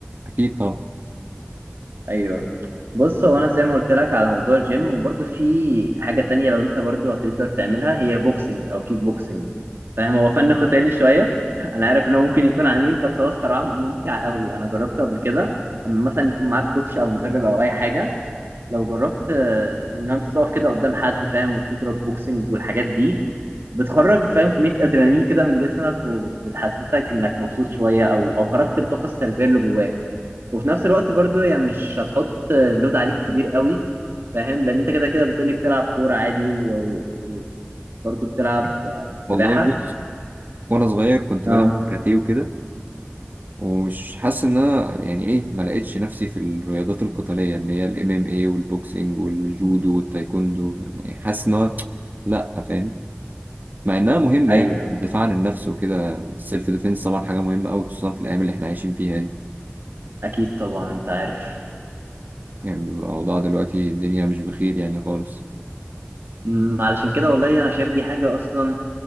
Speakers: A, on the right; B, on the right.
A: اكيد طبعا
B: ايوه بص هو انا زي ما قلت لك على موضوع الجيم وبرضو في حاجه تانية لو انت برضو هتقدر تعملها هي بوكسنج او كيك بوكسنج فاهم هو فن قتالي شويه انا عارف ان هو ممكن يكون عنيف بس هو الصراحه ممتع قوي انا جربته قبل كده اما مثلا يكون معاك كوتش او مدرب او اي حاجه لو جربت آه، ان انت تقف كده قدام حد فاهم وتضرب بوكسنج والحاجات دي بتخرج فاهم كمية ادرينالين كده من جسمك وبتحسسك انك مبسوط شوية او او خرجت الطاقة السلبية اللي جواك وفي نفس الوقت برضو يعني مش هتحط آه، لود عليك كبير قوي فاهم لان انت كده كده بتقولي بتلعب كورة عادي وبرضو بتلعب آه، سباحة
A: والله بص وانا صغير كنت
B: اه
A: بلعب كاراتيه وكده ومش حاسس ان انا يعني ايه ما لقيتش نفسي في الرياضات القتاليه اللي هي الام ام اي والبوكسنج والجودو والتايكوندو يعني حاسس ان أنا لا فاهم مع انها مهمه
B: ايوه
A: يعني الدفاع عن النفس وكده السيلف ديفense طبعا حاجه مهمه قوي خصوصا في الايام اللي احنا عايشين فيها دي
B: اكيد طبعا انت عارف
A: يعني الاوضاع دلوقتي الدنيا مش بخير يعني خالص
B: أمم، علشان كده والله انا شايف دي حاجة اصلا